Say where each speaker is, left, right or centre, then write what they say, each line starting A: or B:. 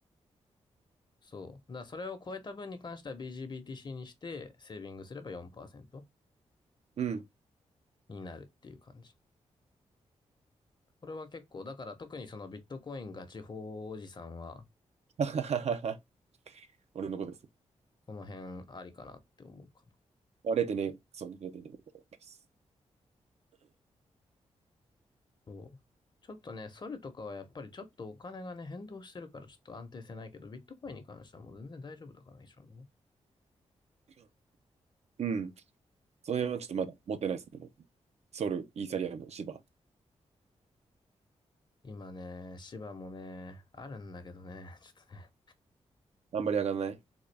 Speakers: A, on the left; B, on the right.
A: そう。だからそれを超えた分に関しては BGBTC にしてセービングすれば4%
B: うん。
A: になるっていう感じ。これは結構、だから特にそのビットコインガチ法おじさんは、
B: <laughs> はははは俺の子です。
A: この辺ありかなって思うか
B: あれてね、そうね、0.0でねです。
A: そう。ちょっとね、ソルとかはやっぱりちょっとお金がね、変動してるからちょっと安定性ないけど、ビットコインに関してはもう全然大丈夫だからね、正味ね。
B: うん。そのはちょっとまだ持ってないですね。僕ソル、イーサリアム、シバ。
A: 今ね、芝もね、あるんだけどね、<laughs> ちょっとね、
B: あんまり上がらない。